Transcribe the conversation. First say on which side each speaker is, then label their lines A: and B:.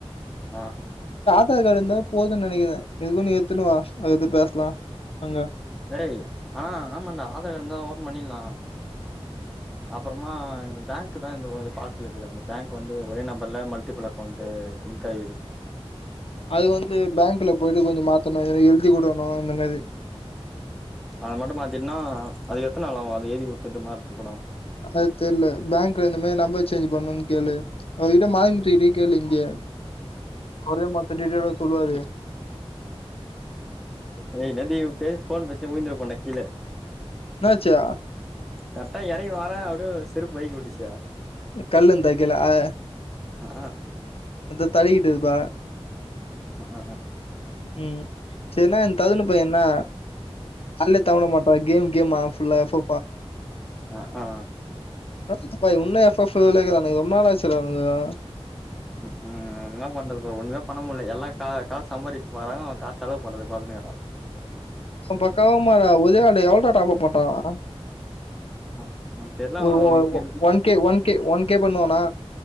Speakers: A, in the centre; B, on the left.
A: ஆ
B: ஆதார் கார்டு இருந்தா போதுன்னு நினைக்கிறே எதுக்கு நீ எடுத்துணுவா அத பத்தி பேசலா அங்க
A: ஏய் ஆ ஆமாண்டா ஆதார் கார்டு இருந்தா ஓபன் பண்ணிடலா அப்பறமா இந்த பேங்க் தா இந்த கொஞ்சோ ஃபால்ட்ல இருக்குது அந்த பேங்க் வந்து ஒரே நம்பர்ல மல்டிபிள் அக்கௌண்ட் லிங்க் ஆயிது
B: அது வந்து பேங்க்ல போயிட்டு கொஞ்சோ மாத்தணு ஏதோ எழுதி கொடுக்கனு இந்த மாதி
A: அத மட்டு மாத்திடோன்னா அது எத்தன நாள் ஆகு அது எழுதி குடுத்துட்டு மாத்து கூட
B: அது தெரில பேங்க்ல இந்த மாதி நம்பர் சேஞ்ச் பண்ணும்னு கேளு அதுகிட்ட மாயமுட்ரி கேளு இங்க அவரே மத்த டீடைல்லா சொல்லுவாரு
A: ஏ இன்நேரத்துக்கு பே போன் பேசிட்டே விழுதுருப் பேண்டா கீழ
B: என்னாச்சு?
A: கரெக்டா இறங்கி வரே அப்டியே செருப்பு வழுக்கி விட்டுசிடா
B: கல்லந்தைக்கல ஆ
A: ஆ
B: அந்த தள்ளிக்கிட்டதுப்பா
A: ஆ ஆ ஆ
B: ம் சரின்னா இந்த தகுன்னு பைய என்னா அல்லே தவட மாட்டா கேம் கேம்மா ஃபுல்லா ப
A: ஆ ஆ
B: <unintelligible> உன்ன எஃப் எஃபு லைக்குதான இது ஒன் நாள் ஆச்சுடா <unintelligible>
A: உம் உம் வேற என்ன பண்றதுக்கு ஒண்ணுமே பண்ண முட்ல எல்லா கா காஸ் சாம்பாரித்க்கு வாராங்க நம காஸ் செலவு பண்றதுக்கு பாதுனேறோ
B: பக்கவமாறா உதயாண்டு எவுள்டா டாப்பப் பண்றா அ
A: ஆ உனக்கு தெர்ல
B: ஒ
A: அவ
B: - ஒ - ஒ
A: வீக்லி
B: - ஒ - ஒன்கே ஒன்கே ஒன்கே பண்ணுவானா